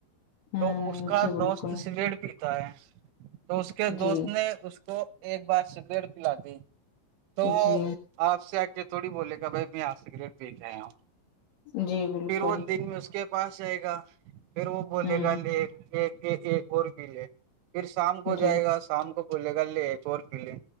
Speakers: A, on the left (about 60°); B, on the right (about 80°).
A: ہوں
B: تو اس کا
A: جی بالکل
B: دوست سگریٹ پی تاہے تو اس کے دوست
A: جی
B: نے اس کو ایک بار سگریٹ پلا دی تو
A: جی
B: آپ سے آ کے تھوڑی بولے گا بھائی میں اج سگریٹ پیکے آیا ہو
A: جی بالکل
B: پھر وہ دن میں اس کے پاس جائے گا پھر وہ بولے
A: ہوں
B: گا لیک ایک ایک اور پی لے پھر شام کو
A: جی
B: جائے گا شام کو بولے گا لے ایک اور بھی لے